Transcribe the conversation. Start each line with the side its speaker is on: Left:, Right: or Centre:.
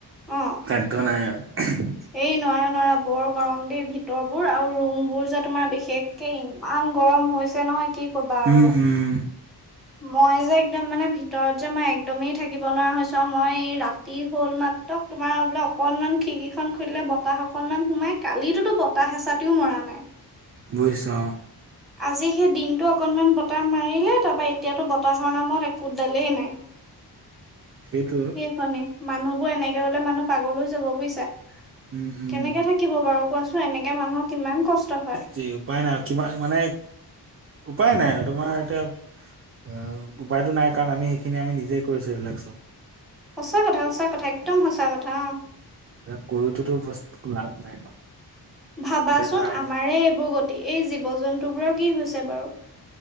Centre: অ
Right: সাধ্য নাই আৰু।
Centre: এই নোৱাৰা, নোৱাৰা। বৰ গৰম দে ভিতৰবোৰ আৰু ৰুমবোৰ যে তোমাৰ বিখ খেক কে ইমান গৰম হৈছে নহয়, কি কবা আৰু।
Right: উম উম
Centre: মই যে একদম মানে ভিতৰত যে মই একদমেই থাকিব নোৱাৰা হৈছো আৰু মই ৰাতি হ'ল মা ত', তোমাৰ বোলে অকনমান খিৰিকীখন খুলিলে বতাহ অকনমান সোমাই, কালিতোটো বতাহ এচাতিও মৰা নাই।
Right: বুইছোঁ আউ।
Centre: আজি সেই দিনতটো অকনমান বতাহ মাৰিলে, তাৰপা এতিয়াতো ব তাহৰ নামত একো দালেই নাই।
Right: সেইটোৱে
Centre: সেই হৈনি, মানুহবোৰ এনেকে হ'লে মানুহ পাগলৈ যাব বুইছা।
Right: উম উম
Centre: কেনেকে থাকিব বাৰু কোৱাচোন। এনেকে মানুহৰ কিমান কষ্ট হয়।
Right: সেই উপায় নাই আৰু কিমান মানে, উপায় নাই আৰু তোমাৰ এতিয়া অ। উপায়তো নাই, কাৰণ আমি সেইখিনি আমি নিজেই কৰিছো এইবিলাক চব।
Centre: সঁচা কথা, সঁচা কথা। একদম সঁচা কথা। অ'।
Right: এয়া কৰিতোতো বস্তু লাভ নাই ন'।
Centre: ভাবাচোন,
Right: এতিয়া ধৰা আমি
Centre: আমাৰে এইবোৰ গতি। এই জীৱ-জন্তুবোৰৰ কি হৈছে বাৰু।